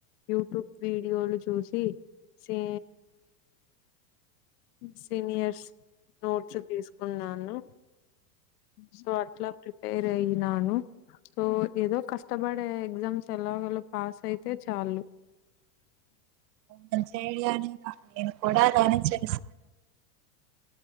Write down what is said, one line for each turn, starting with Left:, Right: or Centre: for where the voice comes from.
Left: యూట్యూబ్ వీడియోలు చూసి సే సీనియర్స్ నోట్స్ తీసుకున్నాను సో అట్లా ప్రిపేర్ అయినాను సో ఏదో కష్టపడే ఎగ్జామ్స్ ఎలాగోల పాస్ అయితే చాలు
Right: మంచి ఐడియానే ఇంకా నేను కూడ దాని చ